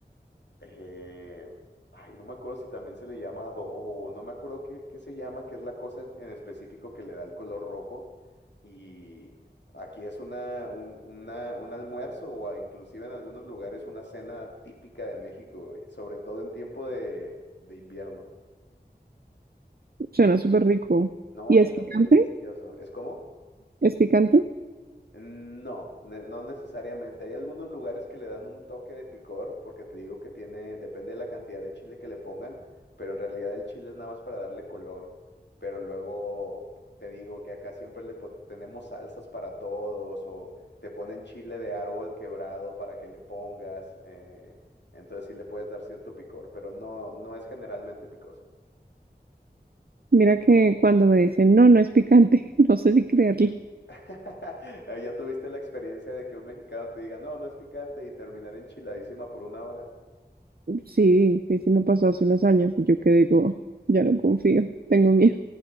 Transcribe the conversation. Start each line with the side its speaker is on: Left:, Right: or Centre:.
Left: eh, ay, no me acuerdo si también se le llama adobo, no me acuerdo qué, qué se llama, que es la cosa en específico que le da el color rojo. Y aquí es una, un, una, un almuerzo o a- inclusive en algunos lugares una cena típica de México, sobre todo en tiempo de, de invierno.
Right: Suena súper rico.
Left: No,
Right: ¿Y
Left: está
Right: es picante?
Left: delicioso. ¿Es como?
Right: ¿Es picante?
Left: No, ne- no necesariamente. Hay algunos lugares que le dan un toque de picor, porque te digo que tiene, depende de la cantidad de chile que le pongan, pero en realidad el chile es nada más para darle color. Pero luego te digo que acá siempre le pon- tenemos salsas para todos, o te ponen chile de árbol quebrado para que le pongas. eh, entonces sí le puedes dar cierto picor, pero no, no es generalmente picoso.
Right: Mira que cuando me dicen, no, no es picante, <laughs> no sé si creerlo.
Left: <laughs> Ya tuviste la experiencia de que un mexicano te diga, no, no es picante y terminar enchiladísima por una hora.
Right: Sí, sí, sí me pasó hace unos años y yo que digo ya no confío, tengo miedo.